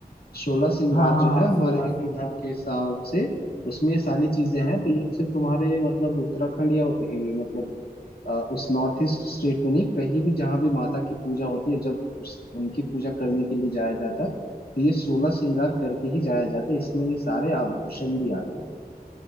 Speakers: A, on the left (about 70°); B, on the left (about 80°).
A: सोलह श्रृंगार
B: हाँ
A: जो है
B: हाँ,
A: हमारे
B: सोलह
A: हिंदू
B: सिंगर
A: धर्म के हिसाब से उसमें ये सारी चीजें
B: हम्म
A: हैं तो ये सिर्फ तुम्हारे मतलब उत्तराखंड या ए, मतलब अ, उस नॉर्थ ईस्ट स्टेट में नहीं कहीं भी जहां भी माता की पूजा होती है जब उस उनकी पूजा करने के लिए जाया जाता है तो ये सोलह श्रृंगार करके ही जाया जाता है इसमें ये सारे आभूषण भी आते हैं